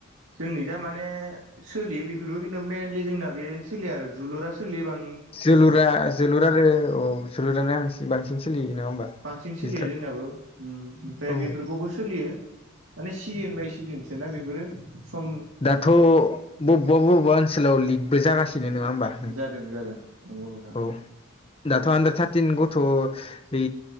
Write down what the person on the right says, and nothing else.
जोंनि जा माने सोलियो बेफोरबो खिन्थु मेइलि जोंना बेनो सोलिया आरो जोलुरा सोलियो बां
बांसिन
सोलियो जोंनाबो उम ओमफ्राय
बेफोरखौबो सोलियो। माने सिजोन बाय सिजोनसोना बेफोरो सम
जादों जादों नंगौ नोंथां।